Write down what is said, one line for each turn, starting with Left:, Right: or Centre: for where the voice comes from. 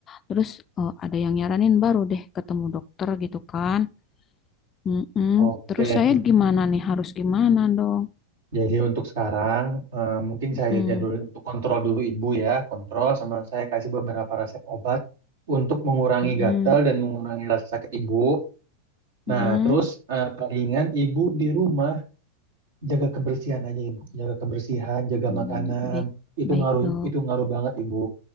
Left: terus eh, ada yang nyaranin baru deh ketemu dokter gitu kan Mm-mm.
Right: Oke,
Left: terus saya gimana nih harus gimana dong
Right: jadi untuk sekarang eh, mungkin
Left: Mm-mm.
Right: saya jadulin untuk kontrol dulu ibu ya, kontrol sama saya kasih beberapa resep obat untuk mengurangi
Left: Mm-mm.
Right: gatal dan mengurangi rasa sakit ibu. Nah,
Left: Mm-mm.
Right: terus eh, palingan ibu di rumah jaga kebersihan aja ibu, jaga kebersihan, jaga
Left: Mm,
Right: makanan,
Left: baik
Right: itu
Left: baik
Right: ngaruh
Left: dok
Right: itu ngaruh banget ibu.